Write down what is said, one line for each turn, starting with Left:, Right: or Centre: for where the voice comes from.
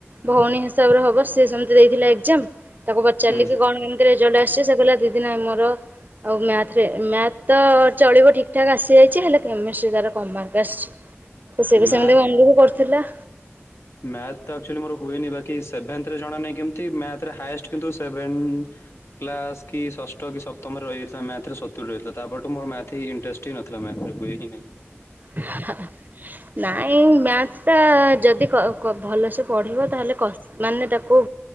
Right: ଭଉଣୀ ହିସାବରେ ହବ ସେ ସେମିତି ଦେଇଥିଲା ଏକ୍ଜାମ ତାକୁ ପଚାରିଲ
Left: ହୁଁ
Right: କି କଣ କେମ ରେଜଲ୍ଟ ଆସିଚି ସେ କହିଲା ଦିଦି ନାଇଁ ମୋର ଆଉ ମ୍ୟାଥରେ ମ୍ୟାଥ୍ ତ ଚଳିବ ଠିକ ଠାକ୍ ଆସିଯାଇଛି ହେଲେ କେମିଷ୍ଟ୍ରୀ ରେ ତାର କମ୍ ମାର୍କ ଆସିଛି, ତ ସିଏ ବି
Left: ମ୍ୟାଥ
Right: ସେମିତି ମନ ଦୁଃଖ କରୁଥିଲା
Left: ମ୍ୟାଥ ଟା ଆକଚୁଆଲି ମୋର ହୁଏନି ବାକି ସେଭେନ୍ଥରେ ଜଣା ନାହିଁ କେମତି ମ୍ୟାଥରେ ହାଇଏଷ୍ଟ କିନ୍ତୁ ସେଭେନ କ୍ଲାସ୍ କି ଷଷ୍ଠ କି ସପ୍ତମରେ ରହିଯାଇଥିଲା ମ୍ୟାଥରେ ସତୁରୀ ରହିଥିଲା ତାପରଠୁ ମୋର ମ୍ୟାଥ୍ ହିଁ ଇଣ୍ଟରେଷ୍ଟ ହେଇନଥିଲା ମ୍ୟାଥରେ ହୁଏ କି ନାଇଁ।
Right: ଲହ ନାଇଁ ମ୍ୟାଥ ଟା ଯଦି କ କ ଭଲସେ ପଢିବ ତାହେଲେ କ ମାନେ ତାକୁ